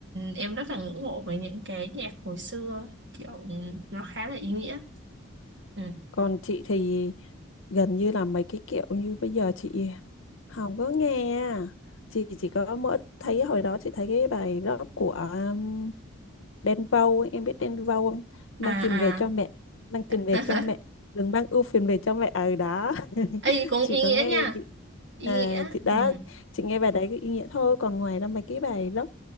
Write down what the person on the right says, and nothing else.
em rất là ngưỡng mộ với những cái nhạc hồi xưa kiểu nó khá là ý nghĩa ừ.
à à
<laughs>
ấy cũng
ý
nghĩa
nha
ý
nghĩa
ừ.